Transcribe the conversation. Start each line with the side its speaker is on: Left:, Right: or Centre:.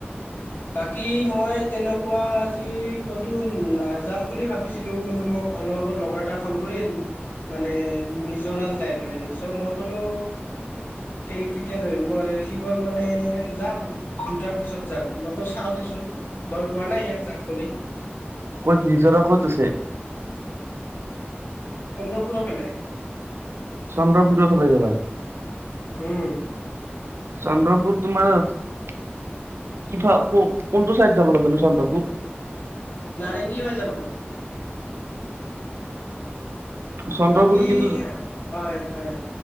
Left: বাকী মই তেনেকুৱা আজি ক'তো নাযাম বুলি ভাবিছিলোঁ কিন্তু মই অলপ আগত লগৰ এটা ফোন কৰিল মানে নিজৰা যাই বলে চ মই কলো কেতিয়া যাবি মই সি গ'ল মানে যাম দুটাৰ পিছত যাম মকো চাও দিচোন মই গোৱা নাই ইয়াক যাম বুলি
Right: ক'ত নিজৰা ক'ত আছে
Left: চন্দ্ৰপুৰৰ ফালে
Right: চন্দ্ৰপুৰৰ ফালে যাবা
Left: উম
Right: চন্দ্ৰপুৰ তোমাৰ কি ভা কোনটো চাইড যাব লাগে চন্দ্ৰপুৰ
Left: নাৰেংগী হৈ যাব লাগে
Right: চন্দ্ৰপুৰো
Left: বাকী
Right: কিন্তু
Left: হয় হয়